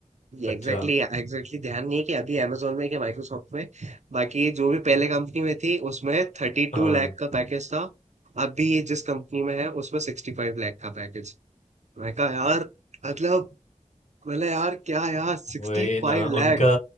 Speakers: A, on the left; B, on the right.
A: अच्छा
B: एग्जैक्टली एग्जैक्टली ध्यान नहीं कि अभी amazon में क्या माइक्रोसॉफ्ट में बाकी ये जो भी पहले कंपनी में थी उसमें थर्टी
A: हाँ
B: टू लैख का पैकेज था अभी ये जिस कंपनी में है उसमें सिक्सटी फाइव लैख का पैकेज मैं कहा यार मतलब मतलब यार क्या यार सिक्सटी
A: वही ना
B: फाइव लैख
A: उनका